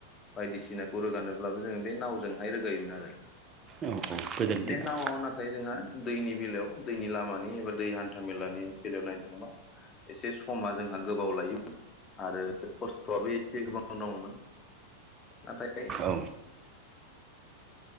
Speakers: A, on the left; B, on the right.
A: बायदिसिनाखौ रोगानोब्लाबो जोङो बे नावजोंहाय रोगायोमोन आरो।
B: औ औ गोदोनि
A: बे
B: दिनाव।
A: नावआव नाथाय जोंहा दैनि बेलायाव दैनि लामानि एबा दै हान्था मेलानि बेलायाव नायनो थाङोबा एसे समा जोंहा गोबाव लायोमोन आरो खस्थ'आबो एसे गोबां दङ'मोन नाथाय
B: औ